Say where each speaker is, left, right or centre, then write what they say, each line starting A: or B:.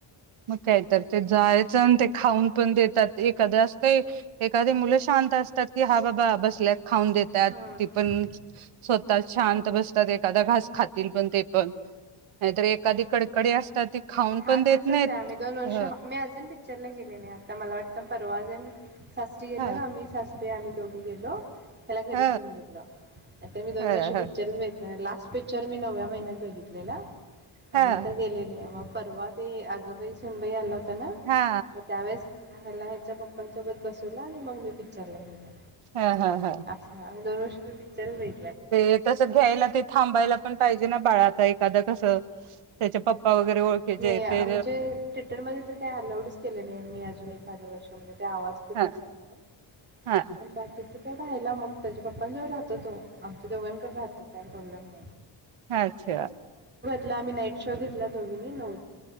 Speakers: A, on the right (about 85°); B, on the right (about 20°).
A: मग काहीत ते जायचं आणि ते खाऊन पण देतात एखाद असते, एखादी मुलं शांत असतात की हा बाबा बसल्यात खाऊन देतात
B: हा
A: ती पण स्वतः छानत बस एखादा घास खातील पण ते पण नाहीतर एखादी
B: हा
A: कडकडी असतात ती खाऊन
B: हा
A: पण
B: तसाच
A: देत नाहीत
B: आहे आम्ही दोन वर्ष
A: ह
B: मी अजून पिक्चरला गेले नाही आता मला उत् परवाजन सासरी गेल्यावर
A: ह
B: आम्ही सास ते आम्ही दोघी गेलो त्याला घरी
A: ह
B: ठेवून गेलं आता मी दोन
A: ह ह
B: वर्ष पिक्चरच
A: ह
B: बागितला नाही लास्ट चर मी नव्या महिन्यात बघितलेला त्यानंतर
A: हा
B: गेले नाही मग. परवा ते अगबाई सुनबाई आला होता. होता ना
A: हा
B: मग त्यावेळेस ह्याला त्यांच्या पप्पांसोबत बसवला आणि मग मी पिक्चरला गेले.
A: हा हा हा
B: अच्छा म दोन वर्ष विष्णू पिक्चरच बगी
A: ते तसं घ्यायला ते थांबायला पण पाहिजे ना बाळा आता एखादं कसं त्याच्या पप्पा वगैरे ओळखीचे
B: नाही
A: ते
B: म्हणजे थिटरमध्ये तर काही अलाउडच केले नाही मी अजून एखाद्या वर्षामध्ये ते आवाज खूप
A: हा
B: असतो म्हणून
A: हा
B: आणि बाकीच काय राहायला मग त्याच्या पप्पां जवळ राहतो तो आमच्या दोघांकड राहतोय काय प्रॉब्लेम नाही.
A: हा अच्छा
B: लाम्ही नाईट शो घेतला दोघीनी नऊ